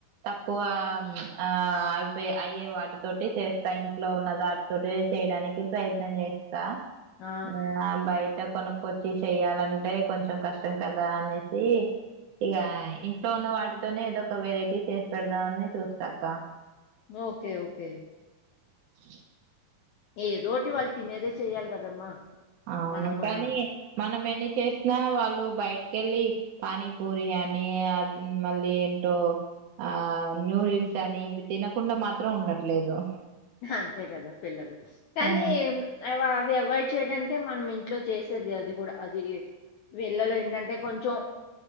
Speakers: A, on the right; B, on the left.
A: తక్కువ ఆ అయిపో అయ్యే వాటితోటి చేస్తా ఇంట్లో ఉన్నది వాటితోటి చేయడానికి ప్రయత్నం చేస్త
B: ఆ
A: ట ఆ బయట కొనక్కొచ్చి చెయ్యాలంటే కొంచెం కష్టం కదా అనేసి ఇగ ఇంట్లో ఉన్న వాటితోనే ఏదో ఒక వెరైటీ చేసి పెడదామని చూస్తాక్క
B: ఓకే ఓకే
A: అ
B: ఏదోటి వాళ్ళు తినేదే చెయాలి కదమ్మా
A: అవును
B: మనం కూడా
A: కానీ మనం ఎన్ని చేసినా వాళ్ళు బయటక వెళ్ళి పానీపూరి అని మళ్ళీ ఏంటో ఆ న్యూడిల్స్ అని ఇవి తినకుండా మాత్రం ఉండట్లేదు
B: అంతే గదా పిల్లలు కానీ
A: ఆ
B: వా అవాయిడ్ చేయడానికే మనం ఇంట్లో చేసేది అది కూడా అది వీళ్ళలో ఏంటంటే కొంచం